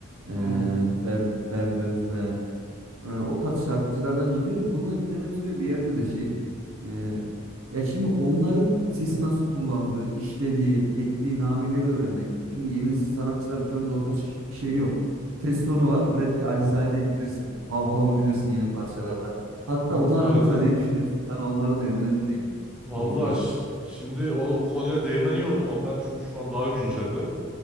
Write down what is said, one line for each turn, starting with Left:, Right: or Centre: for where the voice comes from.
Right: e,
Centre: Hmm.
Right: Fer- Ferdi Özbeğen. e, o tarz şarkıcılardan dinliyorum. Bunu da dinlemem sebebi bir yerde de şey. e, ya şimdi onların sesi nasıl kullandığı, işlediği, ettiği nameleri öğrenmek istiyorum. Şimdi yeni sanatçıların çoğunda o tarz ş- bir şey yok. Ses tonu var. Rap'i Alizade'yi bilirsin. Hav Hav'ı bilirsin yeni parçalarda. Hatta
Centre: Hı.
Right: onlar
Centre: Evet
Right: hakkında
Centre: evet.
Right: ne düşünüyorsun? Sana onları da yönlendireyim.
Centre: Valla
Right: Konusu geçmiş.
Centre: ş- şimdi o, o konuya değmen iyi oldu. Onlar çünkü şu an daha günceller.